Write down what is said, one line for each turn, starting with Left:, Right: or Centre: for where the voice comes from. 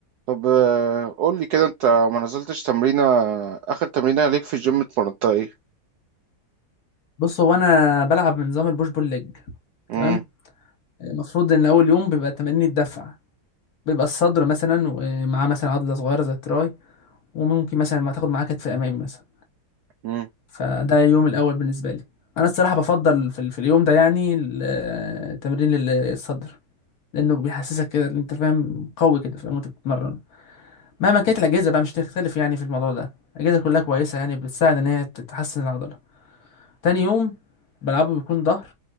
Right: طب آه، قول لي كده انت ما نزلتش تمرينة اخر تمرينة ليك في الجيم اتمرنتها ايه
Left: بص هو انا بلعب بنظام البوش بول ليج
Right: امم
Left: تمام المفروض ان اول يوم بيبقى تمارين الدفع بيبقى الصدر مثلا ومعاه مثلا عضله صغيره زي التراي وممكن مثلا ما تاخد معاه كتف امامي مثلا
Right: امم
Left: فده اليوم الاول بالنسبه لي انا الصراحه بفضل في, ال- في اليوم ده يعني ال- تمرين ال- الصدر لانه بيحسسك كده إن انت فاهم قوي كده فاهم وانت بتتمرن مهما كانت الاجهزه بقى مش تختلف يعني في الموضوع ده الاجهزه كلها كويسه يعني بتساعد ان هي تحسن العضله تاني يوم بلعبه بيكون ظهر